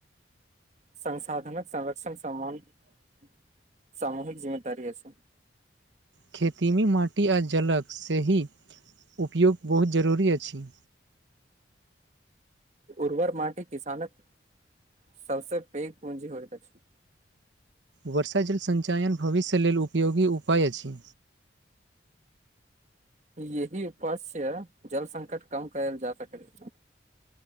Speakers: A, on the right; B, on the right.
A: संसाधन संरक्षण समान <unintelligible> सामूहिक जिम्मेदारी अछि
B: खेतीमे माटि आ जलक सही उपयोग बहुत जरूरी अछि
A: उर्वर माटी किसान क <unintelligible> सबस पैघ पूंजी होयत अछि
B: वर्षा जल संचयन भविष्य लेल उपयोगी उपाय अछि
A: ऐ ही उपाय स जल संकट कम कैल जा सकैत अछि